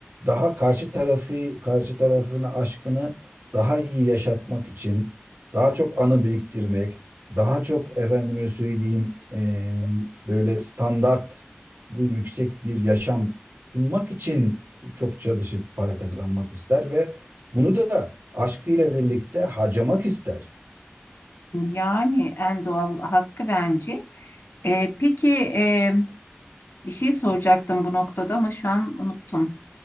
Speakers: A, on the right (about 80°); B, on the left (about 70°).
A: Daha karşı tarafı, karşı tarafını aşkını daha iyi yaşatmak için. Daha çok anı biriktirmek. Daha çok efendime söyleyeyim eee, böyle standart yüksek bir yaşam sunmak için çok çalışıp para kazanmak ister ve bunu da aşkıyla birlikte harcamak ister.
B: Yani en doğal hakkı bence. E, peki e, Bir şey soracaktım bu noktada ama şu an unuttum.